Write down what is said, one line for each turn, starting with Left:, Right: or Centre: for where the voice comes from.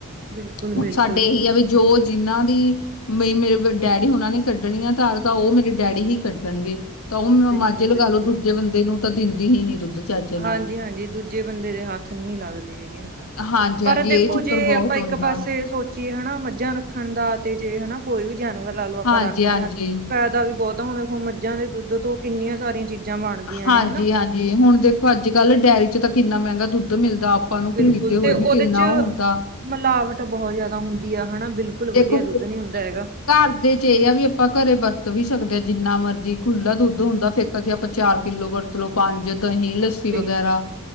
Right: ਬਿਲਕੁਲ-ਬਿਲਕੁਲ,
Left: ਹੁਣ ਸਾਡੇ ਇਹੀ ਆ ਵੀ ਜੋ, ਜਿੰਨਾਂ ਦੀ ਮਈ ਮੇਰੇ ਡੈਡੀ, ਡੀ ਉਹਨਾ ਨੇ ਕੱਢਣੀ ਆ ਤਾਂ ਧਾਰ ਤਾਂ ਉਹ ਮੇਰੇ ਡੈਡੀ ਹੀ ਕੱਢਣਗੇ। ਤਾਂ ਉਹ
Right: ਬਿਲਕੁਲ-ਬਿਲਕੁਲ
Left: ਮਾਝੇ ਲਗਾਲੋ ਦੂਜੇ ਬੰਦੇ ਨੂੰ ਤਾਂ ਦਿੰਦੀ ਹੀ ਨੀ ਦੁੱਧ, ਚੱਜ ਨਾਲ।
Right: ਹਾਂਜੀ-ਹਾਂਜੀ ਦੂਜੇ ਬੰਦੇ ਦੇ ਹੱਥ ਨਹੀਂ ਲੱਗਦੇ ਹੈਗੇ
Left: ਹਾਂਜੀ-ਹਾਂਜੀ
Right: ਪਰ ਦੇਖੋ
Left: ਇਹ ਚੱਕਰ
Right: ਜੇ
Left: ਬਹੁਤ
Right: ਆਪਾਂ
Left: ਹੁੰਦਾ
Right: ਇੱਕ ਪਾਸੇ ਸੋਚ ਜੇ ਹਨਾ ਮੱਝਾਂ ਰੱਖਣ ਦਾ ਤੇ ਜੇ ਹਨਾ ਕੋਈ ਵੀ, ਜਾਨਵਰ ਲਾ ਲਓ ਆਪਾਂ
Left: ਹਾਂਜੀ-ਹਾਂਜੀ।
Right: ਰੱਖਦੇ ਹਾਂ ਫੇਦਾ ਵੀ ਬਹੁਤ, ਹੁਣ ਮੱਝਾਂ ਦੇ ਦੁੱਧ ਤੋਂ ਕਿੰਨੀਆਂ ਸਾਰੀਆਂ ਚੀਜ਼ਾਂ, ਬਣਦੀਆਂ
Left: ਹਾਂਜੀ-ਹਾਂਜੀ
Right: ਨੇ ਹਨਾ।
Left: ਹੁਣ ਦੇਖੋ। ਅੱਜ ਕੱਲ੍ਹ ਡੇਰੀ ਚ ਤਾਂ ਕਿੰਨਾ ਮਹਿੰਗਾ ਦੁੱਧ, ਦੁੱਧ ਮਿਲਦਾ ਆਪਾਂ ਨੂੰ
Right: ਬਿਲਕੁਲ
Left: ਖਰੀਦਦੇ ਹੋਏ
Right: ਤੇ ਉਹਦੇ
Left: ਵੀ ਕਿੰਨਾ
Right: ਚ
Left: ਉਹ ਹੁੰਦਾ।
Right: ਮਿਲਾਵਟ ਬਹੁਤ ਜਿਆਦਾ ਹੁੰਦੀ ਆ ਹਨਾ। ਬਿਲਕੁਲ
Left: ਤੇ
Right: ਵਧੀਆ
Left: ਘਰ
Right: ਦੁੱਧ ਨੀ ਹੁੰਦਾ ਹੈਗਾ।
Left: ਦੇ ਚ ਇਹ ਆ ਵੀ ਆਪਾਂ ਘਰੇ ਵਰਤ ਵੀ, ਸਕਦੇ ਜਿੰਨਾ ਮਰਜ਼ੀ, ਖੁੱਲਾ ਦੁੱਧ ਹੁੰਦਾ ਫੇਤਾ ਚ ਆਪਾਂ ਚਾਰ, ਕਿੱਲੋ ਵਰਤ ਲੋ ਪੰਜ, ਦ ਹੀ ਲੱਸੀ ਵਗੈਰਾ
Right: ਬਿਲਕੁਲ